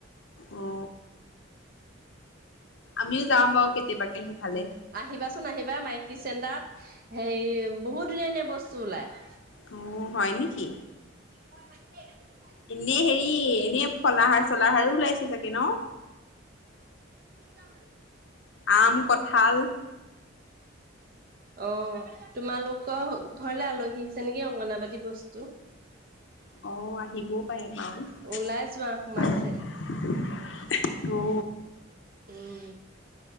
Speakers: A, on the left (about 65°); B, on the right (about 45°).
A: অ আমিও যাম বাৰু কেতিয়াবাকে সেইফালে।
B: আহিবাচোন আহিবা মাইকী চেণ্টাৰত সেই বহুত ধুনীয়া ধুনীয়া বস্তু ওলাই
A: অ হয় নেকি?
B: মই মাতিয়ে থাকো
A: এনে হেৰি এনে ফলাহাৰ চলাহাৰো ওলাইছে। চাগে ন
B: যাম <unintelligible>
A: আম কঁঠাল
B: আহ তোমালোকৰ ঘৰলে আলহী আহিছে নেকি অংগনাবাদী বস্তু
A: অ আহিবও পাৰে বাৰু
B: ওলাই যোৱা সোমাইছে
A: অ
B: উম